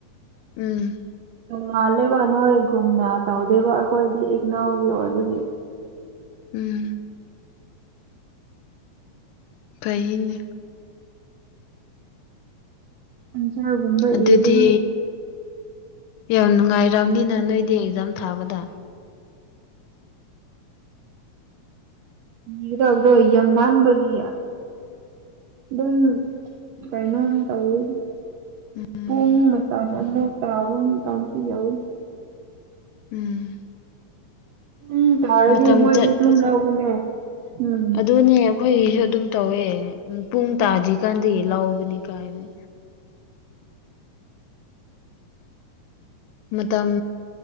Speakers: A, on the left (about 80°); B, on the right (about 75°).
A: ꯎꯝ
B: ꯃꯥꯜꯂꯦꯕ ꯅꯣꯏꯒꯨꯝꯅ ꯇꯧꯗꯦꯕ ꯑꯩꯈꯣꯏꯗꯤ ꯏꯛꯅꯥꯎꯒꯤ ꯑꯣꯏꯕꯒꯤ
A: ꯎꯝ ꯐꯩꯅꯤ
B: ꯍꯟꯖꯒꯨꯝꯕ
A: ꯑꯗꯨꯗꯤ
B: ꯏꯕ
A: ꯌꯥꯝ ꯅꯨꯡꯉꯥꯏꯔꯕꯅꯤꯅ ꯅꯣꯏꯗꯤ ꯑꯦꯛꯖꯥꯝ ꯊꯥꯕꯗ
B: ꯃꯤꯗꯕꯗ ꯌꯥꯝ ꯃꯅꯕꯒꯤ ꯑꯗꯨꯝ ꯀꯩꯅꯣꯝ ꯇꯧꯋꯤ
A: ꯎꯝ
B: ꯄꯨꯡ ꯃꯇ ꯑꯃꯨ ꯇꯥꯕ ꯇꯥꯡꯁꯤ ꯌꯥꯎꯋꯏ
A: ꯎꯝ
B: ꯄꯨꯡ ꯇꯥꯔꯗꯤ
A: ꯃꯇꯝ
B: ꯃꯣꯏꯗꯤ
A: ꯆꯠꯄꯁꯦ
B: ꯑꯗꯨꯝ ꯂꯧꯕꯅꯦ ꯎꯝ
A: ꯑꯗꯨꯅꯦ ꯑꯩꯈꯣꯏꯒꯤꯁꯨ ꯑꯗꯨꯝ ꯇꯧꯋꯦ ꯄꯨꯡ ꯇꯥꯗ꯭ꯔꯤꯀꯥꯟ ꯂꯥꯎꯕꯅꯤ ꯀꯥꯏꯅꯤ ꯃꯇꯝ